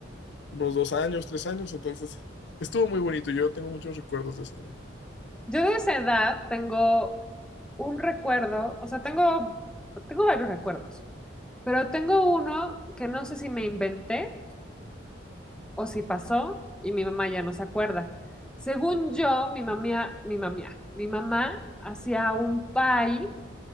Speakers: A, on the left; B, in the centre.
A: unos dos años, tres años. Entonces estuvo muy bonito. Yo tengo muchos recuerdos de ese día.
B: Yo de esa edad tengo un recuerdo, o sea, tengo, tengo varios recuerdos, pero tengo uno que no sé si me inventé o si pasó y mi mamá ya no se acuerda. Según yo, mi mamá, mi mamá, mi mamá hacía un pie